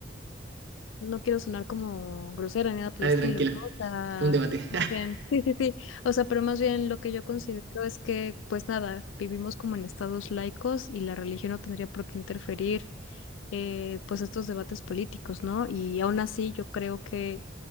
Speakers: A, on the left; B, on the right.
A: no quiero sonar como grosera ni nada por
B: Dale,
A: el estilo,
B: tranquila,
A: ¿no? O sea,
B: es un debate.
A: más bien, sí, sí, sí. O sea, pero más bien lo que yo considero es que, pues nada, vivimos como en estados laicos y la religión no tendría por qué interferir, eh, pues estos debates políticos, ¿no? Y aún así, yo creo que